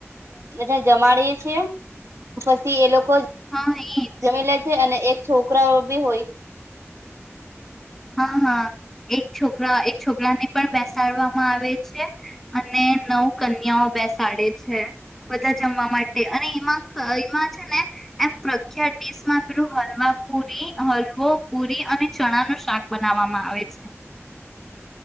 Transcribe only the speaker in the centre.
હા એજ
હા હા એક છોકરા એક છોકરાને પણ બેસાડવામાં આવે છે અને નવ કન્યાઓ બેસાડે છે. બધા જમવા માટે અને એમાં કયવા છે ને એમ થતું ક્યાંક ડીશ માં પેલું હલવા પુરી હલવો પુરી અને ચણા નું શાક બનાવવામાં આવે છે.